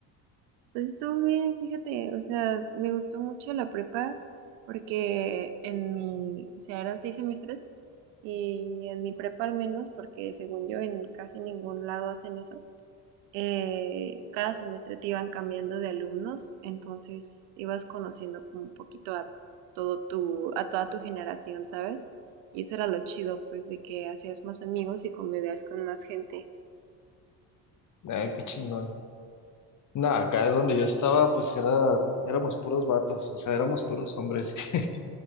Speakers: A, on the right; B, on the left.
A: Pues estuvo bien, fíjate, o sea, me gustó mucho la prepa porque en mi, o sea, eran seis semestres. Y en mi prepa al menos, porque según yo en casi ningún lado hacen eso, eh, cada semestre te iban cambiando de alumnos, entonces ibas conociendo como un poquito a todo tu, a toda tu generación, ¿sabes? Y eso era lo chido, pues, de que hacías más amigos y convivías con más gente.
B: Ah, qué chingón. Nada, acá es donde yo estaba, pues era, éramos puros vatos, o sea, éramos puros hombres. <laughs>